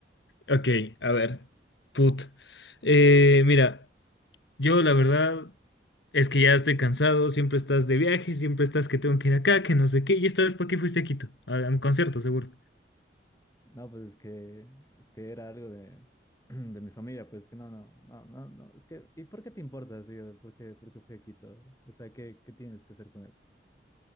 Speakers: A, on the left; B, on the left.
A: Ok, a ver. Put. Eh, mira, yo la verdad. es que ya estoy cansado, siempre estás de viaje, siempre estás que tengo que ir acá, que no sé qué, y esta vez ¿para qué fuiste a Quito? A, a un concierto, seguro.
B: No, pues es que, es que era algo de, <clears throat> de mi familia, pues que no, no, no, no, no, es que, ¿y por qué te importa, así, a ver, ¿Por qué, por qué fui a Quito? O sea, ¿qué, qué tienes que hacer con eso?